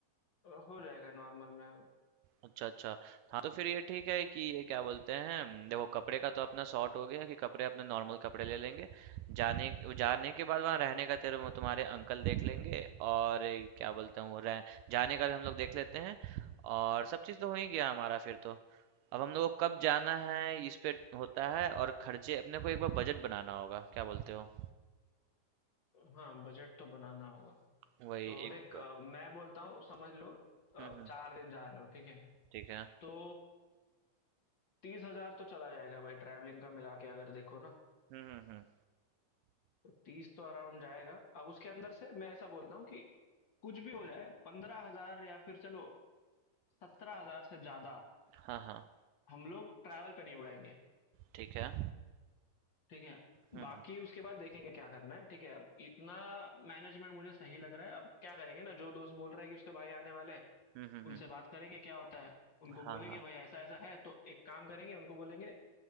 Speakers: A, on the left; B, on the right.
A: अ, हो जाएगा नॉर्मल में
B: अच्छा, अच्छा। हाँ, तो फिर ये ठीक है कि ये क्या बोलते हैं देखो कपड़े का तो अपना सॉर्ट हो गया कि कपड़े अपने नॉर्मल कपड़े ले लेंगे। जाने जाने के बाद वहाँ रहने का तेरे वो तुम्हारे अंकल देख लेंगे और ये क्या बोलते हैं वो रह जाने का भी हम लोग देख लेते हैं और सब चीज़ तो हो ही गया हमारा फिर तो। अब हम लोगों को कब जाना है इस पे होता है और खर्चे अपने को एक बार बजट बनाना होगा। क्या बोलते हो?
A: हाँ बजट तो बनाना होगा
B: वही
A: तो
B: एक
A: देख
B: ब-
A: अ, मैं बोलता हूँ समझ लो अ,
B: हम्म हम्म
A: चार दिन जा रहे हो ठीक है
B: ठीक है।
A: तो तीस हजार तो चला जाएगा भाई ट्रैवलिंग का मिला के अगर देखो ना
B: हम्म हम्म हम्म
A: तो तीस तो अराउंड जाएगा अब उसके अंदर से मैं ऐसा बोलता हूँ कि कुछ भी हो जाए पंद्रह हजार या फिर चलो सत्रह हजार से ज्यादा
B: हाँ, हाँ
A: हम लोग ट्रैवल पे नहीं उड़ाएंगे
B: ठीक है।
A: ठीक है?
B: हम्म
A: बाकी
B: हम्म
A: उसके बाद देखेंगे क्या करना है, ठीक है? अब इतना मैनेजमेंट मुझे सही लग रहा है, अब क्या करेंगे ना जो दोस्त बोल रहा है कि उसके भाई आने वाले हैं,
B: हम्म हम्म
A: उनसे
B: हम्म
A: बात करेंगे क्या होता है, उनको
B: हाँ,
A: बोलेंगे
B: हाँ।
A: भाई ऐसा-ऐसा है तो एक काम करेंगे उनको बोलेंगे